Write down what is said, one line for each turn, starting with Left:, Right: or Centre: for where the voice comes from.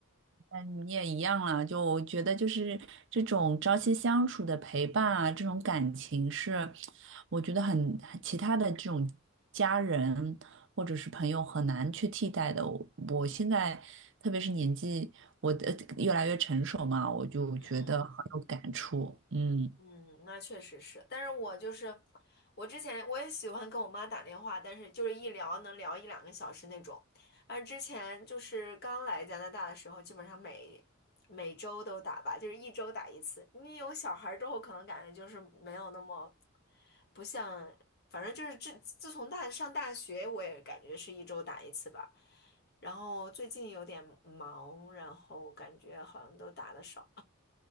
Right: 嗯，你也一样了，就我觉得就是这种朝夕相处的陪伴啊，这种感情是，我觉得很其他的这种家人或者是朋友很难去替代的。我我现在特别是年纪，我的越来越成熟嘛，我就觉得很有感触。
Left: 嗯嗯。
Right: 嗯，
Left: 嗯，那确实是，但是我就是我之前我也喜欢跟我妈打电话，但是就是一聊能聊一两个小时那种。但之前就是刚来加拿大的时候，基本上每每周都打吧，就是一周打一次。你有小孩儿之后，可能感觉就是没有那么不像，反正就是自自从大上大学，我也感觉是一周打一次吧。然后最近有点忙，然后感觉好像都打的少。